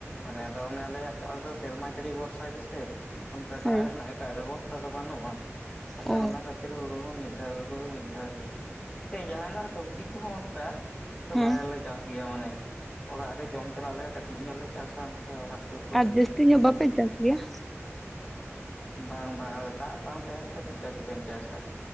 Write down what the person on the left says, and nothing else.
ᱚᱱᱮ ᱟᱫᱚ ᱚᱱᱮ ᱟᱞᱮᱭᱟᱜ ᱪᱟᱥ ᱫᱚ ᱥᱮᱨᱢᱟ ᱡᱟᱹᱲᱤ ᱵᱷᱚᱨᱥᱟ ᱜᱮᱥᱮ ᱚᱱᱠᱟ ᱫᱟᱜ
ᱨᱮᱱᱟᱜ ᱮᱴᱟᱜ ᱵᱮᱵᱚᱥᱛᱷᱟ ᱫᱚ ᱵᱟᱹᱱᱩᱜᱼᱟ ᱛᱟᱦᱚᱞᱮ
ᱚᱱᱟ ᱠᱷᱟᱹᱛᱤᱨ ᱦᱩᱲᱩ ᱦᱚᱸ ᱢᱤᱫ ᱪᱟᱥ ᱫᱚ ᱢᱤᱫ ᱫᱷᱟᱣ ᱜᱮ ᱡᱟᱦᱟᱱᱟᱜ ᱥᱟᱴᱚᱵᱡᱤ ᱠᱚᱦᱚ ᱚᱱᱠᱟ ᱛᱚ
ᱵᱟᱭᱨᱮ ᱞᱮ ᱪᱟᱜ ᱜᱮᱭᱟ ᱢᱟᱱᱮ, ᱚᱲᱟᱜ ᱨᱮ ᱡᱚᱢ ᱪᱟᱞᱟᱜ ᱞᱮᱠᱟ ᱠᱟᱹᱴᱤᱡ ᱧᱚᱜ ᱞᱮ ᱪᱟᱥᱟ ᱚᱱᱠᱟ ᱚᱲᱟᱜ ᱫᱩᱣᱟᱹᱨ ᱠᱚᱨᱮ
ᱤᱱᱟᱹᱜᱮ
ᱵᱟᱝ ᱵᱟᱝ ᱟᱫᱚ ᱫᱟᱜ ᱵᱟᱝ ᱛᱟᱦᱮᱱ ᱠᱷᱟᱡ ᱪᱤᱠᱟᱹ ᱛᱮᱵᱮᱱ ᱪᱟᱥᱟ